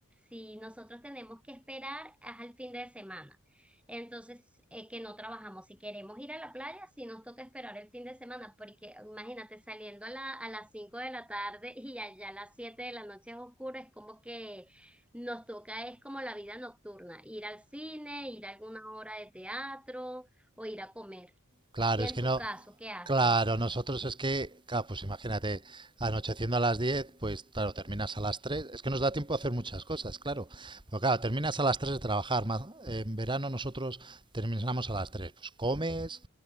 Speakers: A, in the centre; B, on the right.
A: si nosotros tenemos que esperar al fin de semana. Entonces, eh, que no trabajamos. Si queremos ir a la playa, si nos toca esperar el fin de semana, porque imagínate saliendo a la, a las 5 de la tarde y allá a las 7 de la noche es oscuro, es como que nos toca, es como la vida nocturna, ir al cine, ir a alguna hora de teatro o ir a comer.
B: Claro,
A: Y en
B: es que
A: tu
B: no,
A: caso, ¿qué hacen?
B: claro, nosotros es que, claro, pues imagínate, anocheciendo a las 10, pues claro, terminas a las 3, es que nos da tiempo a hacer muchas cosas, claro, pero claro, terminas a las 3 de trabajar, más, en verano nosotros terminamos a las 3, pues comes,